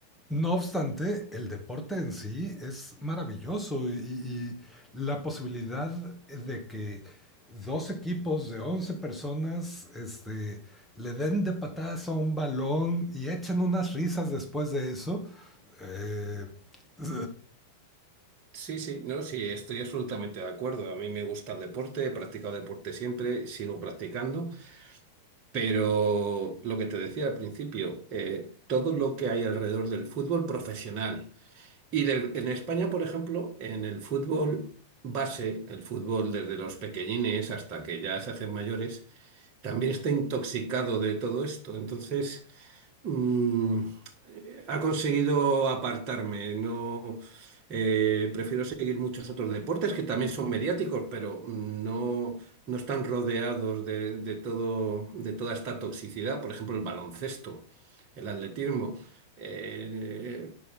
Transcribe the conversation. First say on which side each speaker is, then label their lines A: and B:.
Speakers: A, in the centre; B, on the right.
A: No obstante, el deporte en sí es maravilloso y, y la posibilidad de que dos equipos de 11 personas este, le den de patadas a un balón y echen unas risas después de eso. eh, <laughs> eh,
B: sí, sí, no, sí, estoy absolutamente de acuerdo. A mí me gusta el deporte, he practicado deporte siempre, sigo practicando. Pero lo que te decía al principio, eh, todo lo que hay alrededor del fútbol profesional. Y del- en España, por ejemplo, en el fútbol base, el fútbol desde los pequeñines hasta que ya se hacen mayores, también está intoxicado de todo esto. Entonces, Mm, eh, ha conseguido apartarme. No, eh, prefiero seguir muchos otros deportes que también son mediáticos, pero no, no están rodeados de, de todo, de toda esta toxicidad. Por ejemplo, el baloncesto, el atletismo, eh,